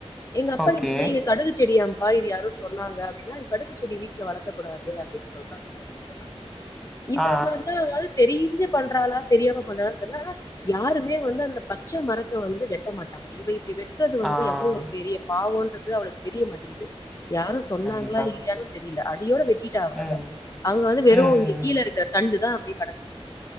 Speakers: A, on the left; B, in the centre.
A: எங்க அப்பாகிட்ட
B: ஓகே.
A: சொன்னா எ கடுகு செடியாம்பா இது யாரோ சொன்னாங்க அப்டின்னா கடுகு செடி வீட்ல வளக்கக்கூடாது அப்டின்னு சொல்றாங்க இது சொன்னா
B: ஆ,
A: இத
B: ஆ,
A: மாரிலா அவா தெரிஞ்சு பண்றாளா தெரியாம பண்றால தெர்ல்ல ஆனா யாருமே வந்து அந்த பச்ச மரத்த வந்து வெட்ட மாட்டாங்க இவ இப்டி வெட் வெட்றது வந்து
B: ஆ. ஆ,
A: எவ்ளோ ஒரு பெரிய பாவோன்றது அவளுக்கு தெரிய மாட்டேக்குது யாரு சொன்னாங்களா
B: கண்டிப்பா.
A: இல்லையானு தெரில அடியோட வெட்டிடா அவ
B: ம்.
A: அத அங்க வந்து
B: ம்,
A: வெறு
B: ம்,
A: இங்க கீழ
B: ம்.
A: இருக்ற தண்டுதா அப்டியே கடக்குது